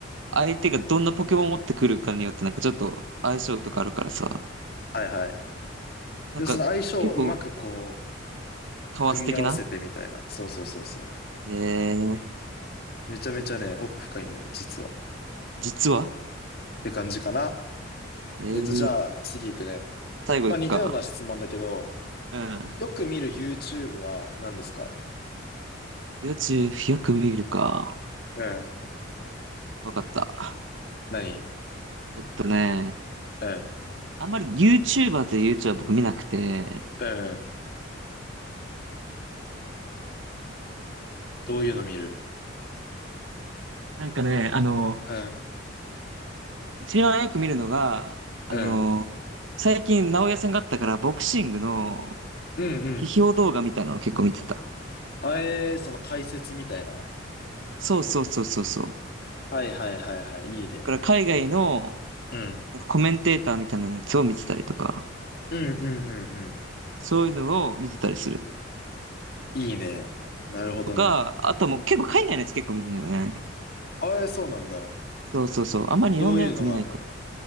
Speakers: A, on the right (about 75°); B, on the left (about 50°).
A: 相手がどんなポケモンを持ってくるかによってなんかちょっと相性とかあるからさ、
B: はいはい。
A: なんか結構
B: で、その相性をうまくこう、
A: カワス的な
B: 組み合わせてみたいな。そうそうそうそ
A: えー、
B: う。めちゃめちゃね、奥深いんだよね、実は。っ
A: 実は
B: て感じかな。
A: えー、
B: えっと、じゃあ、次行くね。
A: 最後いくか。
B: まあ、似たような質問だけど、
A: うん。
B: よく見る YouTube は何ですか
A: YouTube よく見るか。
B: うん。
A: わかった。
B: 何
A: えっとね、
B: うん。
A: あんまり YouTuber という YouTuber は僕見なくて、
B: うん。どういうの見る
A: なんかね、あの、
B: うん。
A: 一番よく見るのが、あの、
B: うん。
A: 最近直哉さんがあったからボクシングの
B: うんうん。
A: 批評動画みたいなのを結構見てた。
B: あえー、その解説みたいな。
A: そうそうそうそうそう。
B: はいはいはいはい。いいね。
A: だから海外の、
B: うん。
A: なんかコメンテーターみたいなやつを見てたりとか、
B: うんうんうんう
A: そういうのを見てたりする。
B: ん。いいね。なるほどね。
A: とか、あともう結構海外のやつ結構見るんよね。
B: ああ、そうなんだ。
A: そうそうそう。あんまり日本のやつ見ないか
B: どういうのがあるの